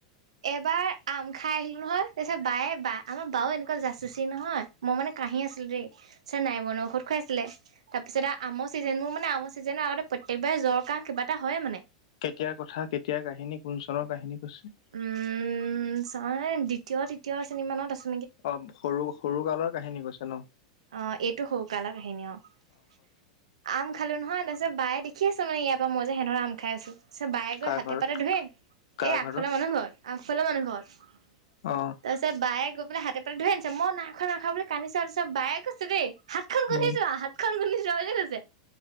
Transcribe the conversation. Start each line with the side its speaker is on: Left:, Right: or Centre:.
Right: এবাৰ আম খাই আহিলো নহয়, পিছত বায়ে বা আমাৰ বাও এনে কুৱা যাচুচি নহয়, মই মানে কাঁহি আছিলো দেই! পিছত নাই বন ঔষধ খোৱাইছিলে। তাৰপিছত আৰু আমৰ ছিজন। মোৰ মানে আমৰ ছিজনৰ আগতে প্ৰত্যেকবাৰে জ্বৰ, কাঁহ কিবা এটা হয় মানে।
Left: কেতিয়াৰ কথা, কেতিয়াৰ কাহিনী, কোন চনৰ কাহিনী কৈছে?
Right: উম চন এই দ্বিতীয়, তৃতীয় শ্ৰেণী মানত আছিলো।
Left: অ সৰু সৰু কালৰ কাহিনী কৈছে ন?
Right: অ এইটো সৰুকালৰ কাহিনী অ। আম খালো নহয়, তাৰপিছত বায়ে দেখি আছে মানে ইয়াৰ পৰা মই যে সিহঁতৰ আম খাই আছোঁ। পিছত বায়ে
Left: কাৰ
Right: গৈ হাতে
Left: ঘৰত
Right: পাতে ধৰে।
Left: কাৰ
Right: এই আগফালৰ
Left: ঘৰত?
Right: মানুহ ঘৰত, আগফালৰ মানুহ ঘৰত।
Left: অ
Right: তাৰ পিছত বায়ে গৈ পেলাই হাতে পাতে ধৰি আনিছে। মই নাই খোৱা, নাই খোৱা বুলি কান্দিছো। তাৰপিছত বায়েক ছো দেই। হাতখন ঘহি
Left: উম,
Right: চোৱা হাতখন গোন্ধাইছে বুলি কৈছে।